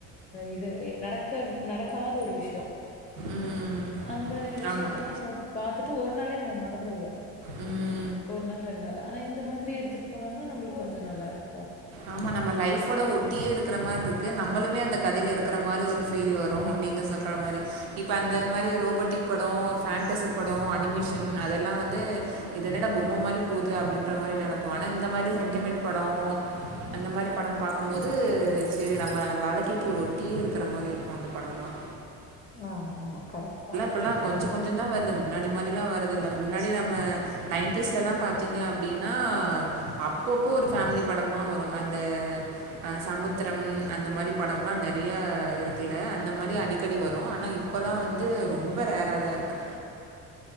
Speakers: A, on the left (about 20°); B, on the right (about 70°).
A: இது நடக் க்க நடக்காத ஒரு விஷயோ
B: ம்
A: அந்த விஷயத்தல்லா
B: ஆமாம்
A: நம்ம பாத்துட்டு ஒரு நாளையே நம்ம மறந்துருவோ
B: ம்
A: ஒரு நாள் ரெண்டு நாள் ஆனா இந்த மாதிரி எடுத்துட்டு போனாங்கன்னா நம்மளுக்கு கொஞ்சோ நல்லா இருக்கு
B: ஆமா நம்ம லைஃவோட ஒட்டியே இருக்குற மாரி இருக்கு நம்மளுமே அந்த கதையில இருக்குற மாரி ஒரு ஃபீல் வரும் நீங்க சொல்ற மாரி இப்ப அந்த மாரி ரோபோட்டிக் படோ பெண்டசி படோ அனிமேஷன் அதெல்லா வந்து இதுஎன்னடா பொம்ம மாதிரி போது து அப்டின்ற மாரி நெனப்போ ஆனா இந்த மாதிரி சென்டிமெண்ட் படோ அந்த மாதிரி படம் பாக்கும்போது செரி நம்ம வழக்கிக்கு ஒரு பேய் இருக்கிற மாதிரி இருக்கு அந்த படம்லா
A: ஆம்மா கரெக்ட் தா
B: இப்போயெல்லா கொஞ்ச கொஞ்ச தா வருது முன்னாடி மாரி ல்லா வரது இல்ல முன்னாடி நம்ம நைன்டிஸ் எல்லா பாத்தீங்க அப்டின் ன்னா அப்பப்போ ஒரு ஃபேமிலி படமா வரும் அந்த அ சமுத்திரம் அந்த மாரி படம்லா நெறையா இருக்குல்ல அந்த மாரி அடிக்கடி வரு ஆனா இப் இப்போலா வந்து ரொம்ப ரேராக தா இருக்கு